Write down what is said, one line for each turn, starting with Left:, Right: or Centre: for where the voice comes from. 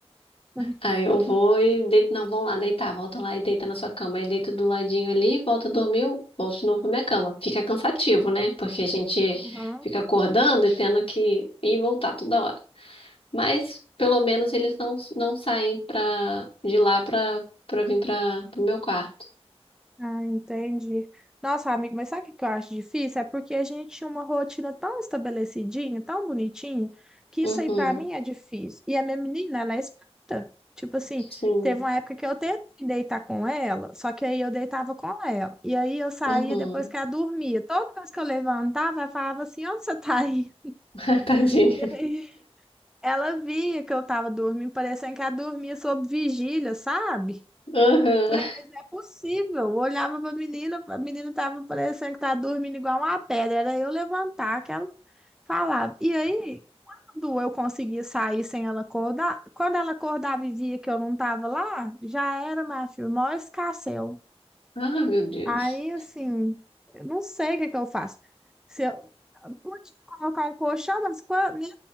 Centre: <laughs>
Left: Aí eu vou e deito, não, vão lá deitar, volta lá e deita na sua cama. Aí deito do ladinho ali, volta, dormiu, volto de novo pra minha cama. Fica cansativo, né? Porque a gente
Centre: Aham.
Left: fica acordando e tendo que ir e voltar toda hora. Mas pelo menos eles não, não saem pra, de lá pra, pra vir pra, pro meu quarto.
Centre: Ah, entendi. Nossa, amigo, mas sabe o que que eu acho difícil? É porque a gente tinha uma rotina tão estabelecidinha, tão bonitinha, que
Left: Uhum,
Centre: isso aí pra mim é difícil. E a minha menina, ela é esperta. Tipo assim,
Left: sim,
Centre: teve uma época que eu tentei deitar com ela, só que aí eu deitava com ela. E aí eu saía
Left: uhum.
Centre: depois que ela dormia. Toda vez que eu levantava, ela falava assim: onde você tá aí?
Left: <laughs> Tadinha.
Centre: <laughs> E aí ela via que eu tava dormindo, parecendo que ela dormia sob vigília, sabe?
Left: Uhum.
Centre: Falei, mas não é possível. Eu olhava pra menina, a menina tava parecendo que tava dormindo igual uma pedra. Era eu levantar que ela falava. E aí, quando eu conseguia sair sem ela acordar, quando ela acordava e via que eu não tava lá, já era, minha filha, o maior escarcéu.
Left: Ah, meu Deus.
Centre: Aí, assim, eu não sei o que que eu faço. Se eu podia colocar um colchão, mas quando, mesmo